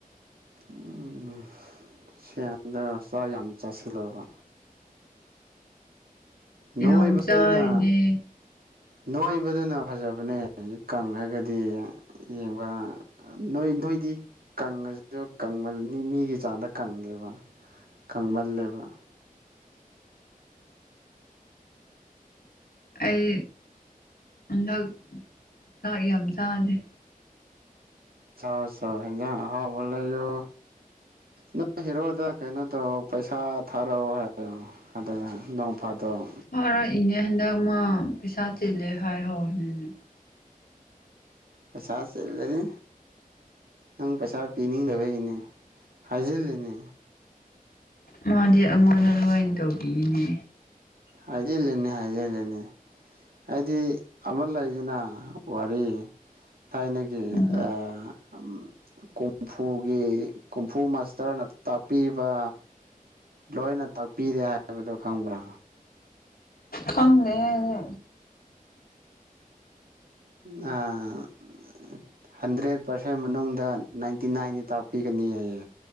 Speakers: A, on the right; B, on the left.
A: ꯎꯝ ꯁ꯭ꯌꯦꯟꯗ ꯆꯥꯛ ꯌꯥꯝ ꯆꯥꯁꯤꯜꯂꯕ꯫ ꯅꯣꯏꯕ
B: ꯌꯥꯝ ꯆꯥꯔꯤꯅꯦ
A: ꯑꯗꯨꯅ꯫ ꯅꯣꯏꯕꯗꯨꯅ ꯐꯖꯕꯅꯦ ꯍꯧꯖꯤꯛ ꯀꯥꯟꯗ ꯍꯥꯏꯔꯗꯤ ꯌꯦꯡꯕ ꯑ ꯅꯣꯏ ꯅꯣꯏꯗꯤ ꯀꯪꯉꯁꯨ ꯀꯪꯃꯜꯅꯤ ꯃꯤꯒꯤ ꯆꯥꯡꯗ ꯀꯪꯗꯦꯕ꯫ ꯀꯪꯃꯜꯂꯦꯕ꯫
B: ꯑꯩ ꯍꯟꯗꯛ ꯆꯥꯛ ꯌꯥꯝ ꯆꯥꯗꯦ꯫
A: ꯆꯥ ꯆꯥꯎ ꯍꯦꯟꯖꯥꯡ ꯍꯥꯎꯕ ꯂꯩꯌꯣ꯫ ꯅꯪ ꯍꯦꯔꯣꯗ ꯀꯩꯅꯣ ꯇꯧ ꯄꯩꯁꯥ ꯊꯥꯔꯣꯑꯣ ꯍꯥꯏꯌꯣ꯫ ꯑꯗꯨꯒ ꯅꯣꯡꯐꯥꯗꯣꯛ
B: ꯐꯔꯛꯏꯅꯦ ꯍꯟꯗꯛ ꯃꯥ ꯄꯩꯁꯥ ꯆꯤꯜꯂꯦ ꯍꯥꯏꯍꯧꯋꯤꯅꯤꯅꯦ꯫
A: ꯄꯩꯁꯥ ꯆꯤꯜꯂꯤ꯫ ꯅꯪ ꯄꯩꯁꯥ ꯄꯤꯅꯤꯡꯗꯕꯩꯅꯦ ꯍꯥꯏꯖꯤꯜꯂꯤꯅꯦ꯫
B: ꯃꯥꯗꯤ ꯑꯩꯉꯣꯟꯗ ꯂꯣꯏ ꯇꯧꯕꯤꯅꯦ꯫
A: ꯍꯥꯏꯖꯤꯜꯂꯤꯅꯦ ꯍꯥꯏꯖꯤꯜꯂꯤꯅꯦ꯫ ꯍꯥꯏꯗꯤ ꯑꯃ ꯂꯩꯗꯅ ꯋꯥꯔꯤ ꯊꯥꯏꯅꯒꯤ
B: ꯎꯝ
A: ꯑꯥ ꯑꯝ ꯀꯣꯡꯐꯨꯒꯤ ꯀꯣꯡꯐꯨ ꯃꯥꯁꯇꯔꯅ ꯇꯥꯛꯄꯤꯕ ꯂꯣꯏꯅ ꯇꯥꯛꯄꯤꯔꯦ ꯍꯥꯏꯕꯗꯣ ꯈꯪꯕ꯭ꯔꯥ
B: ꯈꯪꯗꯦꯍꯦ <unintelligible>
A: <unintelligible> <unintelligible> ꯍꯟꯗ꯭ꯔꯦꯠ ꯄꯥꯔꯁꯦꯟ ꯃꯅꯨꯡꯗ ꯅꯥꯏꯟꯇꯤ ꯅꯥꯏꯟꯗꯤ ꯇꯥꯛꯄꯤꯒꯅꯤ ꯍꯥꯏꯌꯦ